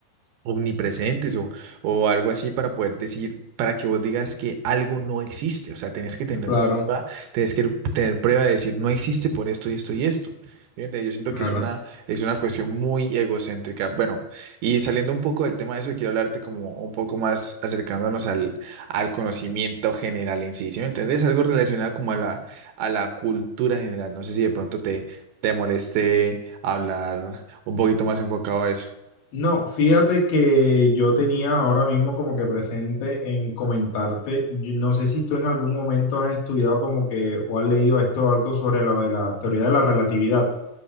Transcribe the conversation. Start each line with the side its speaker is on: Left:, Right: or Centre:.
Right: omnipresentes o, o algo así para poder decir, para que vos digas que algo no existe. O sea, tenés que tener
Left: Claro,
Right: prueba, tenés que tener prueba de decir, no existe por esto y esto y esto. Fíjate, Yo siento
Left: claro.
Right: que es una, es una cuestión muy egocéntrica. Bueno, y saliendo un poco del tema de eso, quiero hablarte como un poco más acercándonos al, al conocimiento general en sí. ¿Sí me entendés? Algo relacionado como a la, a la cultura general. No sé si de pronto te, te moleste hablar un poquito más enfocado a eso.
Left: No, fíjate que yo tenía ahora mismo como que presente en comentarte, yo no sé si tú en algún momento has estudiado como que o has leído esto algo sobre lo de la teoría de la relatividad